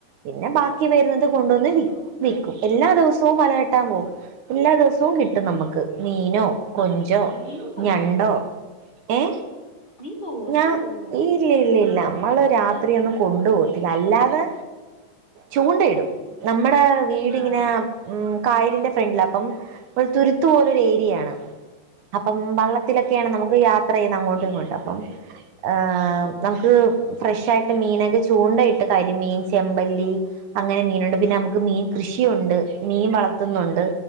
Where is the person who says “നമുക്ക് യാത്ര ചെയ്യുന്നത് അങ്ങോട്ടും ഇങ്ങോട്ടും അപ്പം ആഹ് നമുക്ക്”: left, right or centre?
Right